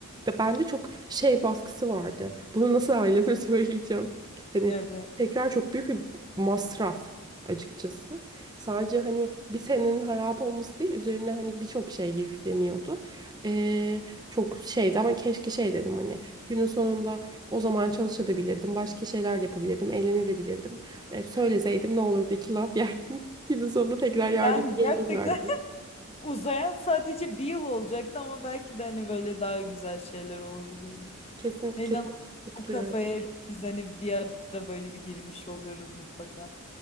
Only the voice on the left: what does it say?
evet.
Yani gerçekten
<laughs> uzayan sadece bir yıl olacaktı ama belki de hani böyle daha güzel şeyler olabilirdi.
İnan
o kafaya biz hani bir ara böyle bir girmiş oluyoruz mutlaka.